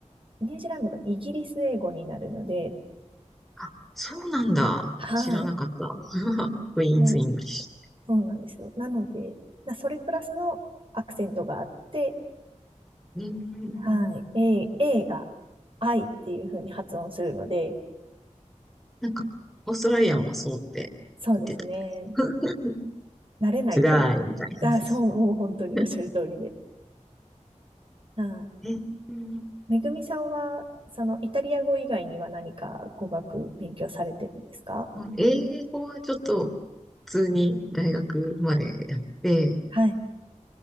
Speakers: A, on the right; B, in the centre.
A: ニュージーランドがイギリス英語になるので、
B: あ、そうなんだ。
A: はい。
B: 知らなかった。<laughs> クイーンズ・
A: うん
B: イングリッシ
A: そうなんですよ。なので、なそれプラスのアクセントがあって、
B: ュ。うん。
A: はい。A、A が I っていう風に発音するので、
B: なんか、オーストラリアもそうって
A: そうですね。
B: 言ってた。<laughs>
A: 慣れないと、
B: つらいみたいな感じです。
A: あ、そう、もう本当におっしゃる通りで。
B: <laughs>
A: はい。
B: えー、うん
A: めぐみさんは、そのイタリア語以外には何か語学勉強されてるんですか
B: 英語はちょっと普通に大学までやって、
A: はい。